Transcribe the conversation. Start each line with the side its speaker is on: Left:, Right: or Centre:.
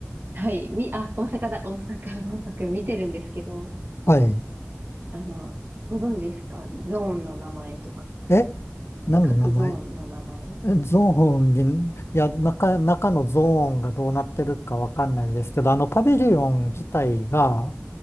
Right: はい、み、あ、大阪だ、大阪万博見てるんですけど、
Left: はい。
Right: あの、ご存知ですかゾーンの名前とか、
Left: え何の名前
Right: 各ゾーンの名前。
Left: えゾーンに、いや、中、中のゾーンがどうなってるかわかんないですけど、あの、パビリオン自体が、
Right: はい、